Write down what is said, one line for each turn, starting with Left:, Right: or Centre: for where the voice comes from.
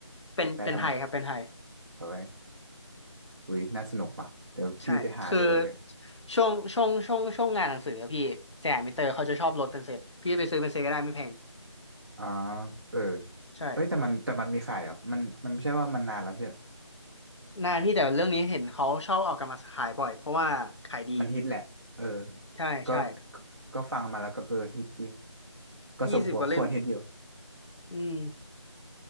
Left: เป็นเป็นไทยครับเป็นไทย
Right: แปลไทยหมดเอาไว้ยอุ้ยน่าสนุกว่ะเดี๋ยวพี่ไปหาดูเลย
Left: ใช่คือช่วงช่วงช่วงช่วงงานหนังสืออะพี่สยามมินเตอร์เขาจะชอบลดเป็นเซตพี่ไปซื้อเป็นเซตก็ได้ไม่แพง
Right: อ๋อเออ
Left: ใช่
Right: เอ้ยแต่มันแต่มันมีขายเหรอมันมันไม่ใช่ว่ามันนานแล้วไม่ใช่
Left: นานพี่แต่เรื่องนี้เห็นเขาชอบเอากลับมาขายบ่อยเพราะว่าขายดี
Right: มันฮิตแหละ เออ
Left: ใช่ใช่
Right: ก็ก็ก็ฟังมาแล้วก็เออฮิตจริง ก็สมหัวควรฮิตอยู่
Left: ยี่สิบกว่าเล่มอืม